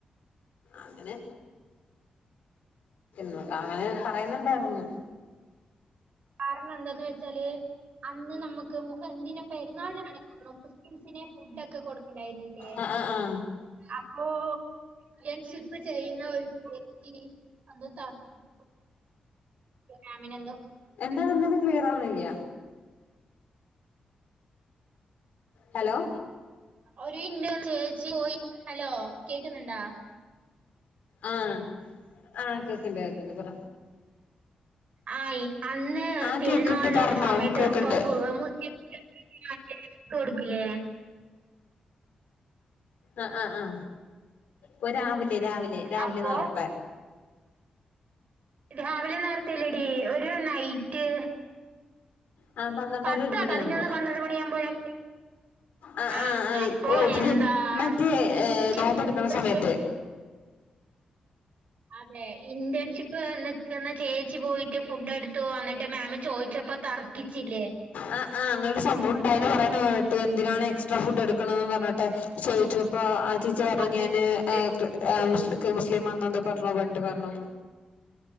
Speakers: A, on the left; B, on the right.
A: അങ്ങനെ നക്ക അങ്ങനെ പറയുന്നുണ്ടായിരുന്നു
B: കാരണം എന്താന്ന് വെച്ചാല് അന്ന് നമ്മുക്ക് മു എന്തിന പെരുന്നാൾ നടക്കുന്നു മുസ്ലിംസിന് മ ഫുഡ്‌ ഒക്കെ കൊടുക്കണ്ടായിരുന്നില്ലേ
A: ആ ആ ആ
B: അപ്പോ ഞാൻ ഷിപ്പ് ചെയ്യുന്ന ഒരു മിനി ഒന്ന് താ <unintelligible> ഫാമിന <unintelligible> എന്തോ
A: എന്താണ് എന്താണ് ക്ലിയർ ആവണില്ല ഹലോ
B: ഒരു <unintelligible> ചേച്ചി പോയി ഹലോ കേക്കുന്നുണ്ടേ
A: ആഹ ആ കേക്ക്ണ്ട് കേക്ക്ണ്ട് പറ
B: ആ അന്ന്
A: ആഹ്
B: പെരുന്നാളുടെ
A: കേക്കണ്ട് പറഞ്ഞോ
B: ഒരു സമയത്ത്
A: കേക്കണ്ട്
B: ഇപ്പൊസ് <unintelligible> ആ കേക്ക് കൊടുക്കില്ലേ
A: ആഹ ആഹ ആഹ ഓ രാവിലെ രാവിലെ രാവിലെ
B: അപ്പൊ
A: നേർത്തെ
B: രാവിലെ നേരത്തെല്ലടി ഒരു നൈറ്റ്
A: ആ പന്ത്രണ്ടര
B: പത്ത്
A: ഒരു മണി
B: പതിനൊന്ന്
A: ആകുമ്പോ
B: പന്ത്രണ്ട് മണിയാകുമ്പോഴൊക്കെ
A: ആ
B: ആഹ്
A: ആ ആ
B: അപ്പൊ
A: ഓവല്
B: എന്താ
A: മറ്റേ
B: ഇന്റേൺഷിപ്പ്
A: നോമ്പ് എടുക്ക്ണ സമയത്ത്
B: അതെ ഇന്റേൺഷിപ്പ് നിക്കുന്ന ചേച്ചി പോയിട്ട് ഫുഡ് എടുത്ത് എടുത്തു വന്നിട്ട് മേമ് ചോദിച്ചപ്പോ തർക്കിച്ചില്ലേ
A: ആ ആഹ് അങ്ങനെ ഒരു സംഭവം ഉണ്ടായന്ന് പറയണത് കേട്ട് എന്തിനാണ് എക്സ്ട്രാ ഫുഡ് എടുക്കണന്ന് പറഞ്ഞിട്ട് ചോദിച്ചു അപ്പൊ ആ ചേച്ചി പറഞ്ഞു
B: പറയുന്നത്
A: ഞാന് ആ മുസ്ലില്ലി ന്തോ പറഞ്ഞോ അവൻ പറഞ്ഞു